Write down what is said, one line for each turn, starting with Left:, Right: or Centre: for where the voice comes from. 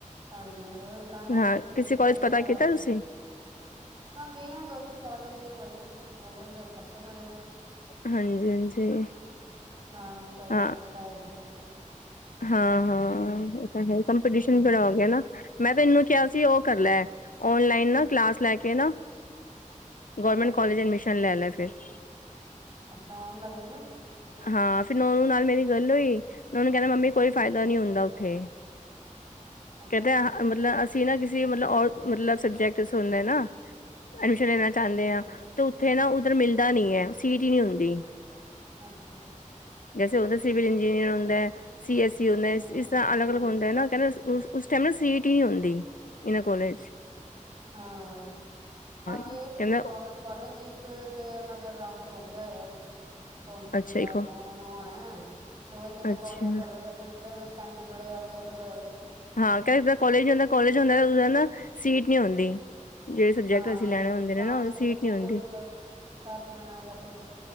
Right: ਹਾਂਜੀ ਉਹੀ ਤਾਂ ਹੀ
Left: ਹਾਂ
Right: ਮੈਂ ਕਿਹਾ ਜਾਣ
Left: ਕਿਸੇ
Right: ਤੋਂ
Left: ਕੋਾਲਜ
Right: ਪਹਿਲਾਂ
Left: ਪਤਾ
Right: ਥੋੜਾ
Left: ਕੀਤਾ
Right: ਹੋ ਜਾ
Left: ਤੁਸੀਂ
Right: ਹਾਂ ਗਏ ਹ ਦੋ ਤਿੰਨ ਕਾਲਜ ਬਸ ਕਾਲਜ ਦੇ ਖਰਚੇ ਬੜੇ ਨੇ
Left: ਹਾਂਜੀ ਹਾਂਜੀ
Right: ਖਣਾ ਵੀ ਬੜਾ
Left: ਹਾਂ
Right: ਔਖਾ ਹੋ ਬੱਚਿਆਂ ਨੂੰ
Left: ਹਾਂ ਹਾਂ ਅ ਕੰਪੀਟੀਸ਼ਨ ਬਣਾ ਗਿਆ ਨਾ ਮੈਂ ਤੇ ਇਹਨੂੰ ਕਿਹਾ ਸੀ ਉਹ ਕਰ ਲੈ ਓਨਲਾਈਨ ਨਾ ਕਲਾਸ ਲੈ ਕੇ ਨਾ ਗਵਰਮੈਂਟ
Right: ਅੱਛਾ
Left: ਕਾਲਜ ਐਡਮਿਸ਼ਨ ਲੈ ਲ ਫ <unintelligible>
Right: ਅੱਛਾ ਔਨਲਾਈਨ ਨਾ
Left: ਹਾਂ ਫਰ ਨਨੂੰ ਨਾਲ ਮੇਰੀ ਗੱਲ ਹੋਈ ਉਹਨੂੰਹਿੰਦਾ
Right: ਹਾਂਜੀ
Left: ਮੰਮੀ ਕੋਈ ਫਾਇਦਾ ਨਹੀਂੀ ਹੁੰਦਾ ਉੱਥੇ
Right: ਅੱਛਾ
Left: ਕਹਿੰਦੇ ਆਹ ਮਤਲਬ ਅ ਅ ਨਾ ਕਿਸਸੀ ਮਤਲਬ ਮਤਲਬ ਸਬਜੈਕਟ ਚ ਹੁੰਦਾ ਨਾ ਲੈਣਾ ਚਾਹੁੰਦੇ
Right: ਅੱਛਾ
Left: ਆਾਂ ਤੇ ਉਥੇ ਨਾ ਉੱਧਰ ਮਿਲਦਾ ਨੀ ਹੈ ਸੀਟ ਹੀ ਨੀ ਹੁੰਦੀ
Right: ਅੱਛਾ
Left: ਜੈਸੇ ਹੁੰਦਾ ਸਿਵਲ ਇੰਜੀਨੀਅਰ ਹੁੰਦਾ ਹੈ ਸੀ ਐੱਸ ਸੀ ਹੁੰ
Right: ਹੂੰ
Left: ਇਸ ਅਲਗ
Right: ਹੂੰ
Left: ਅਲਗੁੰਦਾ ਨਾਹਿੰ ਉਸ ਟਾਈਮ ਨਾ ਸੀਟੀ ਨਹੀਂ ਹੁੰਦੀ ਇਨਾਂ ਕਾਲਜ
Right: ਹਾਂ ਅਾਂਗੇ
Left: ਕਹਿੰਦਾ
Right: ਸੀਗੇ ਗਰਮੈਂਟ ਕਾਲਜ ਇੱਕ ਤੇ ਉਹ ਰਾਂਡ ਹੋ ਗਿਆ ਹੋਇਆ ਵ ਕਸਲਿੰਗ
Left: ਅੱਛਾ
Right: ਦਾ
Left: ਇੱਕ
Right: ਹੁਣ ਹੁਣ ਹੈ ਤੇ ਉਹੀ ਕਹਿੰਦਾ
Left: ਅੱਛਾ
Right: ਕਾਲਜ ਭਰੋ ਜਾਂ ਕੁ ਫਰ ਉਸ ਟਾਈਮ ਜਹੜੇ ਅ ਵੱਲੋਂ
Left: ਹਾਂ ਕ ਜਿੱਾਂ ਕੋਲੇਜ ਹੁੰਦਾ ਕੋਾਲਜ ਹੁੰਦਾ ਨਾ ਸੀਟ ਨਹੀਂੀ ਆੁੰਂਦੀ ਜਿਹੜੇ ਸਬਜੈਕਟ
Right: ਹਾਂ
Left: ਅਸੀਂ ਲੈਣੇ ਹੁੰਦੇ
Right: ਬ੍ਰਾਂਚ
Left: ਨੇ ਨਾ ਉਹ
Right: ਕਿਤੇ
Left: ਸੀਟ
Right: ਦੂਰ
Left: ਨੀ ਹੁੰਦੀ
Right: ਕਰ ਦੇਣਾ ਜਾਂ ਕੁਛ